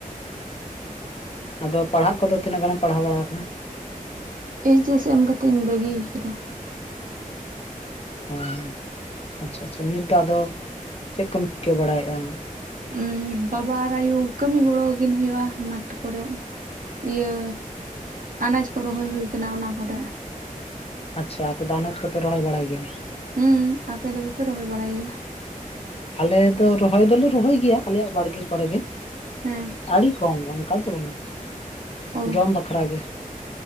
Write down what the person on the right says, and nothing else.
ᱮᱪ ᱮᱥ ᱮᱢ ᱠᱟᱛᱮᱧ ᱵᱟᱹᱜᱤ ᱠᱮᱫᱟ᱾
ᱩᱸ ᱵᱟᱵᱟ ᱟᱨ ᱟᱹᱭᱩ ᱠᱟᱹᱢᱤ ᱜᱚᱲᱚ ᱣᱟᱹᱠᱤᱱ ᱦᱩᱭᱩᱜ-ᱟ ᱢᱟᱴᱷ ᱠᱚᱨᱮᱫ᱿ ᱤᱭᱟᱹ ᱟᱱᱟᱡ ᱠᱚ ᱨᱚᱦᱚᱭ ᱦᱩᱭ ᱠᱟᱱᱟ ᱚᱱᱟ ᱠᱚᱨᱮ᱾
ᱦᱩᱸ ᱟᱯᱮ ᱫᱚ ᱵᱟᱯᱮ ᱨᱚᱦᱚᱭ ᱵᱟᱲᱟᱭ ᱜᱮᱭᱟ?
ᱦᱩᱸ,
ᱚ